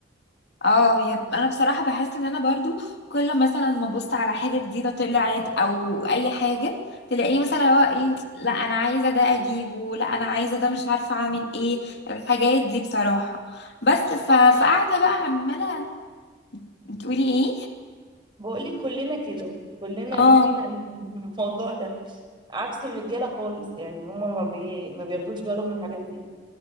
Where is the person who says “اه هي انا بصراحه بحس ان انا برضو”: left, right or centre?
Left